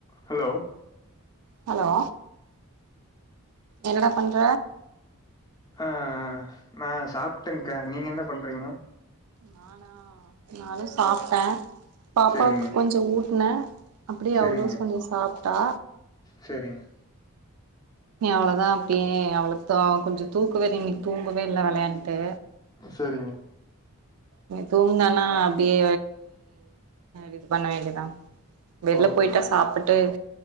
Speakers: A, on the left; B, on the right.
A: Hello
B: hello என்னடா பண்ற
A: ஆஹ் நான் சாப்பிட்டேன்க நீங்க என்ன பண்றீங்க
B: நானா நானும் சாப்பிட்டேன் பாப்பாக்கு
A: செரிங்க
B: கொஞ்ச ஊட்டு ன அப்டியே
A: செரிங்க
B: அவ்வளோ கொஞ்ச சாப் டா
A: செரிங்க
B: நி அவ்வளவுதான் அப்டியே அவ்வளவு த கொஞ்ச தூக்கவே இன்னக்கு தூங்கவே இல்லை விளையான்ட்டு
A: செரிங்க
B: நீ தூங்குனனா அப்டியே இது பண்ண வேண்டியதான் வெளில
A: ஓகேங்க
B: போயிட்டா சாப்புட்டு